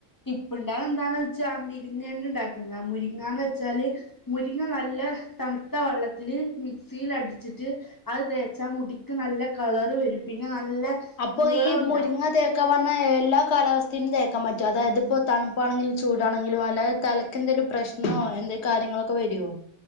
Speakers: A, on the left; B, on the left.
A: ടിപ്പുണ്ട്. അത് എന്താന്ന് വെച്ചാ ആ മിരിങ്ങെണ്ട് ഉണ്ടാക്ക്ണത ആ മുരിങ്ങാന്ന് വെച്ചാല് മുരിങ്ങ നല്ല തണ്ത്ത വള്ളത്തില് മിക്സിൽ അടിച്ചിട്ട് അത് തേച്ചാ മുടിക്ക് നല്ല കളറ് വെരും പിന്നെ നല്ല
B: അപ്പൊ
A: നീളം
B: ഈ
A: ഉണ്ടാവും
B: മുരിങ്ങതേ ക്കെ പറഞ്ഞാ എല്ലാ കാലാവസ്ഥയിലും തേക്കാൻ പറ്റും അതായത്‌ ഇപ്പോ തണുപ്പാണെങ്കിലു ചൂടാണെങ്കിലും അല്ലാതെ തല എന്തേലും പ്രശ്നോ എന്തെ കാര്യങ്ങളൊക്കെ വെരോ